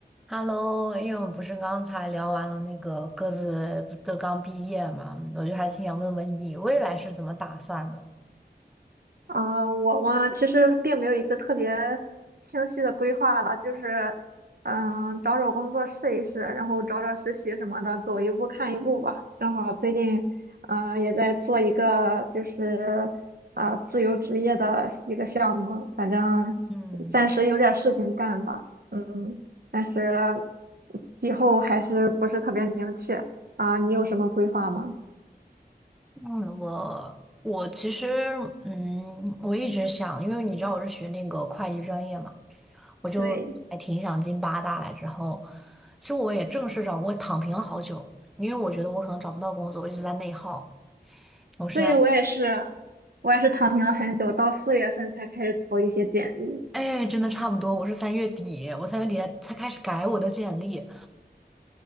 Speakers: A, in the centre; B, on the right.
A: Hello，因为我们不是刚才聊完了那个各自不都刚毕业嘛，我就还挺想问问你未来是怎么打算的？
B: 啊、我嘛，其实并没有一个特别清晰的规划了，就是，嗯，找找工作试一试，然后找找实习什么的，走一步看一步吧。正好最近，呃，也在做一个就是，呃，自由职业的一个项目，反正
A: 嗯，
B: 暂时有点事情干吧，嗯，但是以后还是不是特别明确啊、你有什么规划吗？
A: 嗯我我其实嗯，我一直想，因为你知道我是学那个会计专业嘛，我就还挺想进八大来之后，
B: 对。
A: 其实我也正式找过，躺平了好久，因为我觉得我可能找不到工作，我一直在内耗。我现在
B: 对，我也是，我也是躺平了很久，到四月份才开始投一些简历。
A: 哎，真的差不多，我是三月底，我三月底才才开始改我的简历。